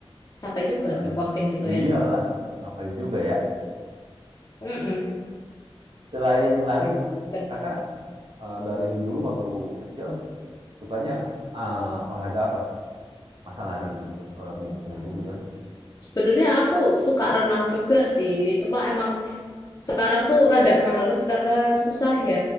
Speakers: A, on the left; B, on the right.
A: Capek juga ngeposting
B: I-
A: gitu
B: ya
A: ya.
B: iyalah ngapain juga ya
A: Mm-mm.
B: selain lari
A: Benar.
B: kakak eh, dari dulu waktu kecil sukanya eh, olahraga apa sih masa lari bu, eh, mulu gitu kan
A: Sebenarnya aku suka renang juga sih, cuma emang Sekarang tuh rada males karena susah ya.